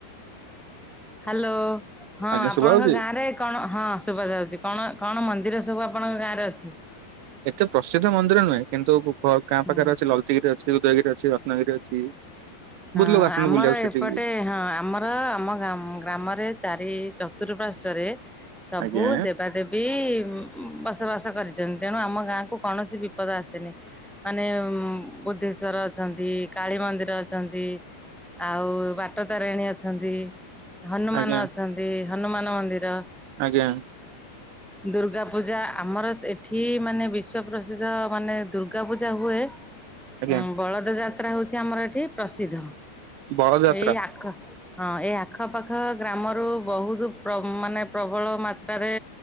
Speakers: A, in the centre; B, on the right (about 85°).
A: ହ୍ୟାଲୋ ହଁ
B: ଆଜ୍ଞା
A: ଆପଣଙ୍କ
B: ଶୁଭା ହଉଛି?
A: ଗାଁରେ କଣ ହଁ ଶୁଭାଯାଉଛି। କଣ କଣ ମନ୍ଦି ନ୍ଦିର ସବୁ ଆପଣଙ୍କ ଗାଁରେ ଅଛି?
B: ଏତେ ପ୍ରସିଦ୍ଧ ମନ୍ଦିର ନୁହେଁ କିନ୍ତୁ ବୁ ଗାଁ
A: ହୁଁ।
B: ପାଖରେ ଅଛି ଲଳିତଗିରି ଅଛି ଉଦୟଗିରି ଅଛି, ରତ୍ନଗିରି ଅଛି
A: ହଁ
B: ବହୁତ ଲୋକ ଆସନ୍ତି
A: ଆମର
B: ବୁଲିବାକୁ ସେଠିକି
A: ଏପଟେ ହଁ ଆମର ଆମ ଗାମ ଗ୍ରାମରେ ଚାରି ଏ ଚତୁର୍ଃପାଶ୍ଵରେ ସବୁ
B: ଆଜ୍ଞା
A: ଦେବାଦେବୀ ବସବାସ କରିଛନ୍ତି ତେଣୁ ଆମ ଗାଁ କୁ କୌଣସି ବିପଦ ଆସେନି ମାନେ ବୁଦ୍ଧେଶ୍ଵର ଅଛନ୍ତି, କାଳୀ ମନ୍ଦିର ଅ ଛନ୍ତି ଆଉ ବାଟ ତାରିଣୀ ଅଛନ୍ତି, ହନୁମାନ
B: ଆଜ୍ଞା
A: ଅଛନ୍ତି। ହନୁମାନ ମନ୍ଦିର
B: ଆଜ୍ଞା
A: ଦୁର୍ଗା ପୂଜା ଆମର ଏଠି ମାନେ ବିଶ୍ଵପ୍ରସିଦ୍ଧ ମାନେ ଦୁର୍ଗା ପୂଜା ହୁଏ
B: ଆଜ୍ଞା
A: ହଁ ବଳଦ ଯାତ୍ରା ହଉଛି ଆମର ଏଠି ପ୍ରସିଦ୍ଧ
B: ବଳଦ ଯାତ୍ରା
A: ଏଇ ଆଖ ହଁ ଏ ଆଖପାଖ ଗ୍ରାମରୁ ବହୁତ ପ୍ରବ ମାନେ ପ୍ରବଳ ମାତ୍ରାରେ